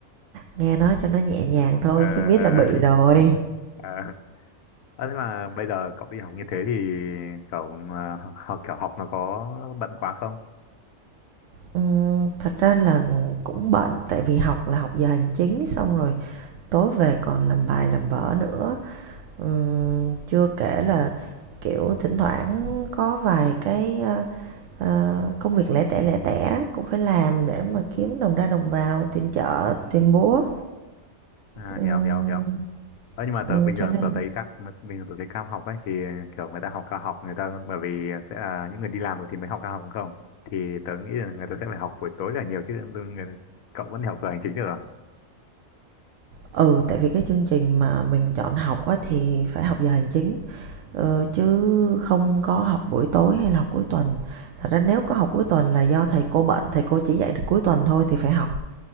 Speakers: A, on the right; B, on the left.
A: nghe nói cho nó nhẹ nhàng thôi
B: ờ
A: chứ biết
B: ờ
A: là bị
B: <laughs>
A: rồi
B: ờ. Ờ, thế mà bây giờ cậu đi học như thế thì cậu ờ, học kiểu học nó có bận quá không
A: Ừm, thật ra là cũng bận tại vì học là học giờ hành chính xong rồi tối về còn làm bài làm vở nữa Ừm, chưa kể là kiểu thỉnh thoảng có vài cái ờ, ờ, công việc lẻ tẻ lẻ tẻ cũng phải làm để mà kiếm đồng ra đồng vào tiền chợ tiền búa
B: à,
A: Ừm,
B: hiểu hiểu hiểu Ờ, nhưng mà
A: ừm,
B: tớ bình
A: cho
B: thường
A: nên
B: tớ thấy các bình thường tớ thấy cao học ấy thì kiểu người ta học cao học người ta bởi vì sẽ là những người đi làm rồi thì mới học cao học đúng không thì tớ nghĩ là người ta sẽ phải học buổi tối là nhiều chứ đừng- người, cậu vẫn học giờ hành chính được à?
A: ừ tại vì cái chương trình mà mình chọn học á, thì phải học giờ hành chính ờ, chứ không có học buổi tối hay là học cuối tuần thật ra nếu có học cuối tuần là do thầy cô bận thầy cô chỉ dạy được cuối tuần thôi thì phải học